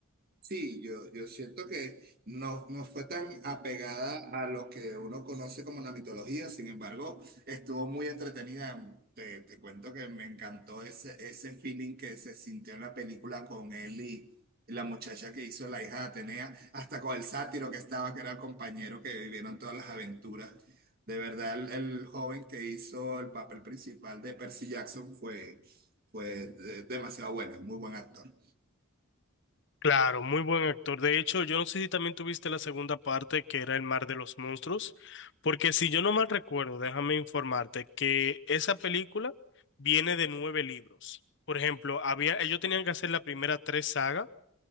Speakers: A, on the right; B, on the left.
A: Sí, yo, yo siento que no, no fue tan apegada a lo que uno conoce como la mitología, sin embargo, estuvo muy entretenida. Te, te cuento que me encantó ese, ese feeling que se sintió en la película con él y la muchacha que hizo la hija de Atenea, hasta con el sátiro que estaba, que era el compañero que vivieron todas las aventuras. De verdad, el, el joven que hizo el papel principal de Percy Jackson fue, fue de- demasiado bueno, muy buen actor.
B: Claro, muy buen actor. De hecho, yo no sé si también tuviste la segunda parte que era El Mar de los Monstruos, porque si yo no mal recuerdo, déjame informarte que esa película viene de nueve libros. Por ejemplo, había, ellos tenían que hacer la primera tres sagas,